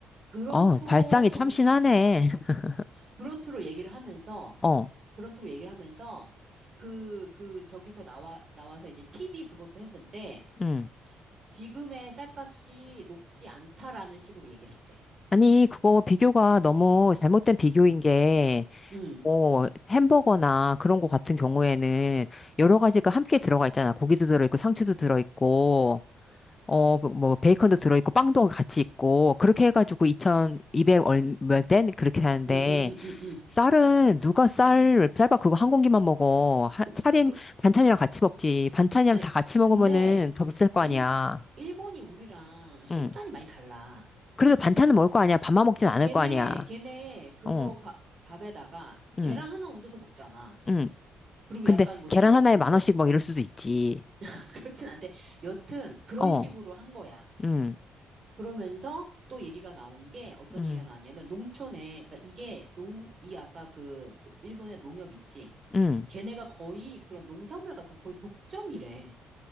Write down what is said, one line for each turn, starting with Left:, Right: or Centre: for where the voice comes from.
Right: 그런
Left: 어,
Right: 투로
Left: 발상이
Right: 광고
Left: 참신하네. <laughs>
Right: 그런 투로 얘기를 하면서
Left: 어,
Right: 그런 투로 얘기를 하면서 그, 그, 저기서 나와, 나와서 이제 TV 그것도 했는데,
Left: 응.
Right: 지, 지금의 쌀값이 높지 않다라는 식으로 얘기를 했대.
Left: 아니, 그거 비교가 너무 잘못된 비교인
Right: 음,
Left: 게,
Right: 음,
Left: 뭐, 햄버거나 그런 거 같은 경우에는 여러 가지가 함께 들어가 있잖아. 고기도 들어있고, 상추도 들어있고. 어, 뭐, 뭐 베이컨도 들어있고, 빵도 같이 있고, 그렇게 해가지고 2,200 얼몇 엔? 그렇게 하는데,
Right: 음, 음, 음, 음, 음.
Left: 쌀은, 누가 쌀, 쌀밥 그거 한 공기만 먹어. 하,
Right: 그,
Left: 차림,
Right: 그,
Left: 반찬이랑 같이 먹지. 반찬이랑
Right: 아니,
Left: 다 같이
Right: 근데,
Left: 먹으면은 더 비쌀 거
Right: 일,
Left: 아니야.
Right: 일본이 우리랑 식단이
Left: 응.
Right: 많이 달라.
Left: 그래도 반찬은 먹을 거 아니야. 밥만 먹진
Right: 아,
Left: 않을
Right: 걔네,
Left: 거 아니야.
Right: 걔네, 그거
Left: 어,
Right: 밥, 밥에다가 계란
Left: 응,
Right: 하나 얹어서 먹잖아.
Left: 응.
Right: 그리고
Left: 근데
Right: 약간 무슨
Left: 계란
Right: 뭐
Left: 하나에
Right: 그런
Left: 만
Right: 거.
Left: 원씩 막 이럴 수도 있지.
Right: <laughs> 그렇진 않대. 여튼, 그런
Left: 어,
Right: 식으로 한 거야.
Left: 응,
Right: 그러면서 또 얘기가 나온 게 어떤
Left: 응,
Right: 얘기가 나왔냐면 농촌에 그러니까 이게 농 이 아까 그 일본의 농협 있지
Left: 응.
Right: 걔네가 거의 그런 농산물 같은 거 거의 독점이래.